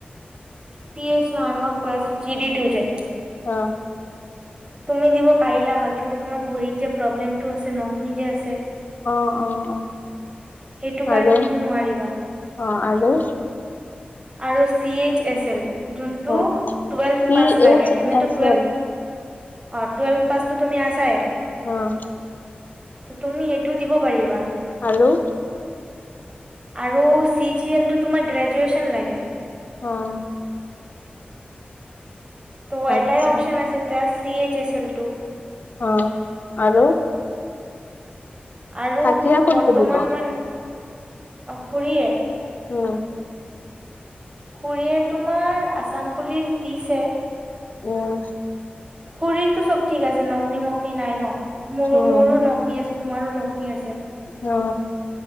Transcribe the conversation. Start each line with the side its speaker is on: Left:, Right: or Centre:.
Right: পি এইচ নহয়, মই কৈ আছো জি ডি টু যে।
Left: অ।
Right: তুমি দিব পাৰিলা হয়, কিন্তু তোমাৰ ভৰিত যে প্ৰব্লেমটো আছে নকনি যে আছে।
Left: অ'অ' অ'।
Right: সেইটো কাৰণে
Left: আৰু
Right: তুমি নোৱাৰিবা।
Left: অ' আৰু?
Right: আৰু চি এইচ এছ এল যোনটো।
Left: অ
Right: টুৱেলভ
Left: চি
Right: পাছ লাগে,
Left: এইচ
Right: তুমিতো
Left: এছ
Right: টুৱেলভ
Left: এল
Right: অ' টুৱেলভ পাছতো তুমি আছাই।
Left: অ'।
Right: ত' তুমি সেইটোও দিব পাৰিবা।
Left: আৰু?
Right: আৰু চি জি এলটো তোমাৰ গ্ৰেজুৱেচন লাগে।
Left: অ'।
Right: ত'
Left: আচ্ছা
Right: এটাই অপশচন আছে, চি এইচ এছ এল টো।
Left: অ' আৰু?
Right: আৰু
Left: কাকিয়া
Right: তো
Left: কোনটো
Right: বৰ্তমান
Left: দিব
Right: মই অ' খুৰীয়ে।
Left: অ'।
Right: খুৰীয়ে তোমাৰ আছাম পুলিচ দিছে।
Left: উম'।
Right: খুৰীৰটো চব ঠিক আছে, নখনি-মখনি নাই ন, মোৰ
Left: উম
Right: মোৰো নকনি আছে। তোমাৰো নকনি আছে।
Left: অ,